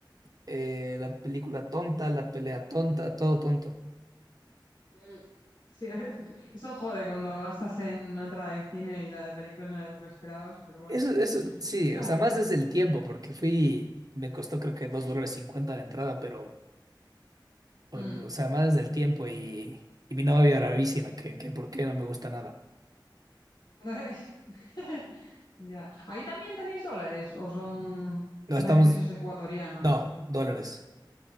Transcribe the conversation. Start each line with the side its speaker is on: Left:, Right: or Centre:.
Right: eh, la película tonta, la pelea tonta, todo tonto.
Left: Mm. Sí, a veces- eso jode cuando gastas en una entrada de cine y la de película no era lo que esperabas, pero bueno.
Right: Eso, eso,
Left: <laughs>
Right: sí,
Left: A
Right: o sea, más
Left: ver,
Right: desde el tiempo, porque fui, me costó creo que dos dólares cincuenta la entrada, pero, o
Left: mm.
Right: o sea, más desde el tiempo y, y mi novia bravísima, que, que por qué no me gusta nada.
Left: <laughs> Ya. ¿Ahí también tenéis dólares? ¿O son...
Right: No,
Left: No
Right: estamos,
Left: hay pesos ecuatorianos?
Right: no,
Left: o-
Right: dólares.